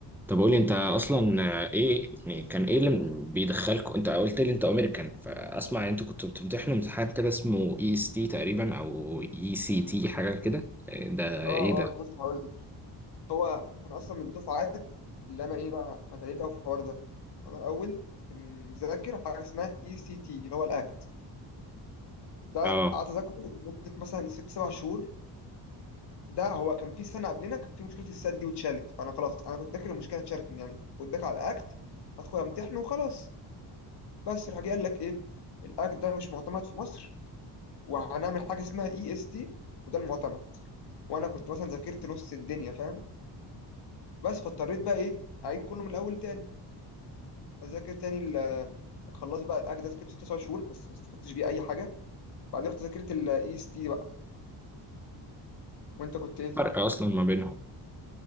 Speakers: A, in the centre; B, on the left.
A: طب قول لي أنت أصلا آه، إيه يعني كان إيه اللي بيدخلك أنت قلت لي أنت أمريكان فأسمع أنت كنت بتمتحن امتحان كده اسمه إي إس تي تقريبا أو إي سي تي حاجة كده إيه ده إيه
B: اه اه بص هقول لك هو انا اصلا من الدفعات اللي انا ايه بقى انا اتعلمت قوي في الحوار ده انا الاول كنت مذاكر حاجه اسمها اي سي تي اللي هو الاكت ده
A: ده؟
B: قعدت اذاكره لمده مثلا ست سبع شهور ده هو كان في سنه قبلنا كان في مشكله السد دي واتشالت فانا خلاص انا كنت داخل المشكله اتشالت يعني كنت داخل على اكت هدخل امتحنه وخلاص بس راح جه قال لك ايه الاكت ده مش معتمد في مصر وهنعمل حاجه اسمها اي اس تي وده المعتمد وانا كنت مثلا ذاكرت نص الدنيا فاهم بس فاضطريت بقى ايه اعيد كله من الاول تاني اذاكر تاني ال- خلاص بقى الاكت ده ذاكرته 9 شهور بس ما استفدتش بيه اي حاجه بعدين رحت ذاكرت الاي اس تي بقى وانت كنت ايه
A: فرق اصلا ما بينهم